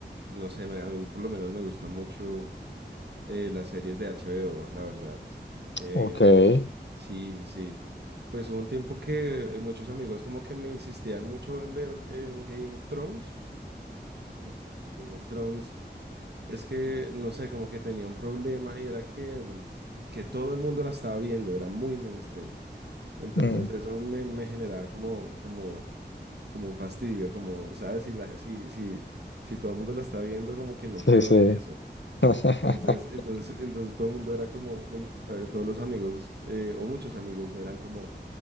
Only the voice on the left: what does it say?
Ok. ujú,
mm,
Sí,
sí.
<laughs>